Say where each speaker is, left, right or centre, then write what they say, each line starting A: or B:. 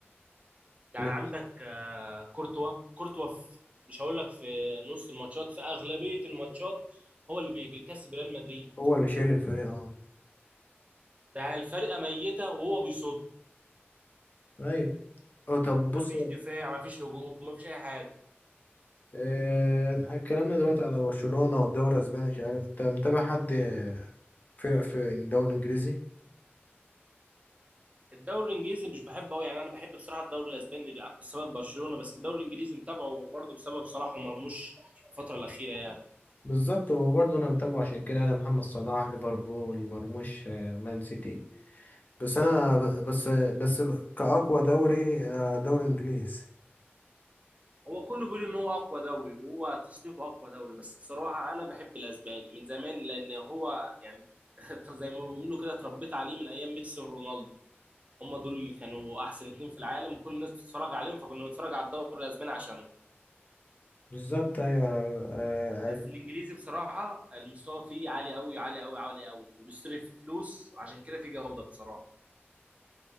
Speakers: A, on the right; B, on the left.
A: يعني
B: اللي
A: عندك آه، كورتوا كورتوا في مش هقول لك في نص الماتشات في اغلبيه الماتشات هو اللي بيكسب ريال مدريد
B: هو اللي شايل الفريق اه
A: ده الفرقه ميته وهو بيصد
B: أيوة اه طب بص
A: مفيش دفاع مفيش هجوم مفيش اي حاجه
B: آه، اتكلمنا دلوقتي على برشلونة ودوري اسباني مش عارف انت متابع حد فرق في الدوري الانجليزي
A: الدوري الانجليزي مش بحبه قوي يعني انا بحب بصراحه الدوري الاسباني بسبب برشلونه بس الدوري الانجليزي متابعه برضه بسبب صلاح ومرموش الفتره الاخيره يعني
B: بالظبط وبرضه انا متابعه عشان كده انا محمد صلاح ليفربول مرموش آه، مان سيتي بس انا ب- بس بس ال- كأقوى دوري انا دوري انجليزي
A: هو كله بيقول ان هو اقوى دوري وهو تصنيفه اقوى دوري بس بصراحه انا بحب الاسباني من زمان لان هو يعني <laughs> زي ما بيقولوا كده اتربيت عليه من ايام ميسي ورونالدو هم دول اللي كانوا احسن اتنين في العالم وكل الناس بتتفرج عليهم فكنا بنتفرج على الدوري الاسباني عشانهم
B: بالظبط ايوه انا آه، عارف.
A: بس الانجليزي بصراحه المستوى فيه عالي قوي عالي قوي عالي قوي وبيصرف في فلوس وعشان كده في جوده بصراحه